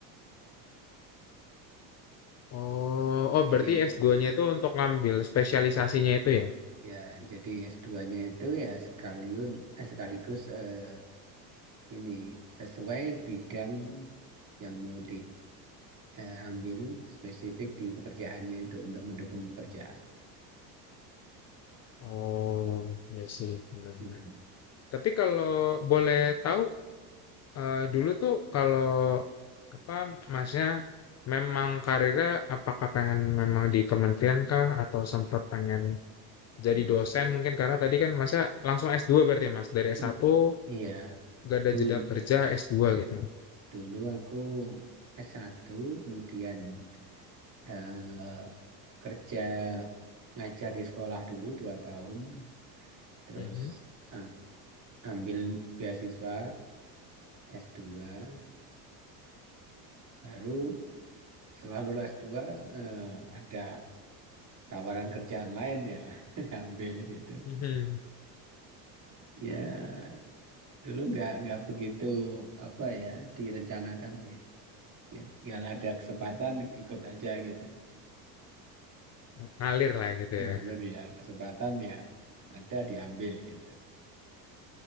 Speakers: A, on the left; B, on the right.
A: Oh, oh
B: Jadi
A: berarti S2-nya itu untuk ngambil spesialisasinya itu ya?
B: ya jadi S2-nya itu ya sekalian eh, sekaligus eh, ini sesuai bidang yang mau diambil spesifik di pekerjaannya itu untuk mendukung pekerjaan.
A: Oh, ya sih, benar-benar.
B: Mhm.
A: Tapi kalau boleh tahu, eh, dulu tuh kalau apa masnya memang karirnya apakah pengen memang di kementerian kah atau sempat pengen
B: Mhm.
A: jadi dosen mungkin karena tadi kan masnya langsung s dua berarti ya, Mas. Dari
B: I-
A: s satu
B: Iya,
A: gak ada
B: dulu
A: jeda kerja s dua gitu.
B: Dulu aku s satu, kemudian eh, kerja ngajar di sekolah dulu dua tahun, terus
A: Mhm.
B: eh, ambil beasiswa s dua, baru selalu s dua eh, ada tawaran kerjaan lain ya, <laughs> diambil gitu.
A: Mhm.
B: Ya, dulu nggak nggak begitu apa ya direncanakan sih. Ya, nggak ada kesempatan ikut aja gitu.
A: Ngalir lah gitu
B: ngalir
A: ya.
B: ya kesempatan ya ada diambil gitu